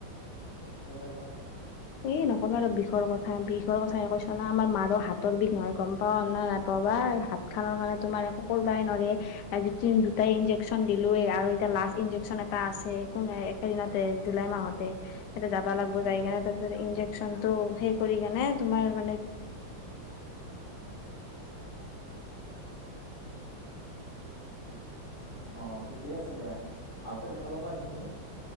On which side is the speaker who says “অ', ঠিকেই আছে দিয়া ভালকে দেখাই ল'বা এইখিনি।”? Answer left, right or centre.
Left